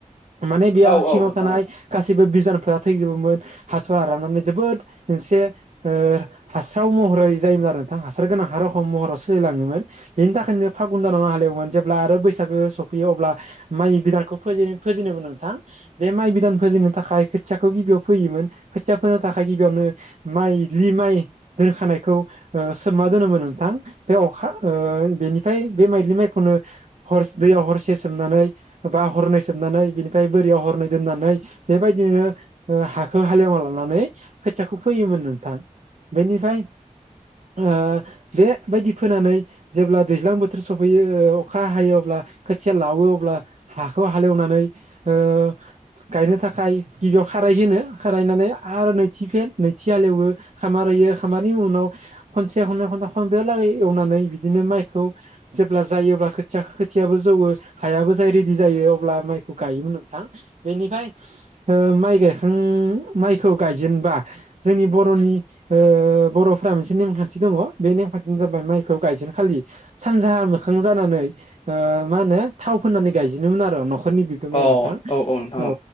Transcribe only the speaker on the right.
माने बेयाव
सिङाव
थानाय गासैबो बिजानुफोरा थैजोबोमोन हाथ'वा राननानै जोबोद मोनसे ओ हासाराव महरै जायोमोन आरो नोंथां। हासार गोनां हा रखमाव महराव सोलिलाङोमोन बेनि थाखायनो फागुन दानाव हालेवोमोन जेब्ला आरो बैसागो सफैयो अब्ला माइ बिदानखौ फोजेन फोजेनो मोन नोंथां बे माइ बिदान फोजिनो थाखाय खोथियाखौ गिबियाव फोयोमोन खोथिया फोनो थाखाय गिबियावनो माइज्लि माइ रोंखानायखौ ओ सोमना दोनोमोन नोंथां। बे अखा ओ बेनिफ्राय बे माइलि माइखौनो हर दैयाव हरसे सोमनानै बा हरनै सोबनानै, बिनिफ्राय बोरियाव हरनै दोननानै बेबायदिनो हाखौ हालेवना लानानै खोथियाखौ फैयोमोन नोंथां। बेनिफ्राय ओ बेबायदि फोनानै जेब्ला दैज्लां बोथोर सफैयो अखा हायो अब्ला खोथिया लावो अब्ला हाखौ हालेवनानै ओ गायनो थाखाय गिबियाव खारायजेनो खारायनानै आरो नैथि फेन नै थिहालेवो खामार होयो खामारनि उनाव खनसे खननै खनथाम खनब्रै हालागै एवनानै बिदिनो माइखौ जेब्ला जायोब्ला खोथिया खोथियाबो जौवो हायाबो जाय रेडि जायो अब्ला माइखौ गायोमोन नोंथां बेनिफ्राय ओ माइ गायखां माइखौ गायजेनबा जोंनि बर'नि बर'फोरा मोनसे मोनसे नेमखान्थि दङ बे नेमखान्थियानो जाबाय माइखौ गायजेन खालि सानजाहा मोखां जानानै ओ मा होनो थाव फोननानै गायजेनोमोन आरो न'खरनि गमिया
नोंथां
औ।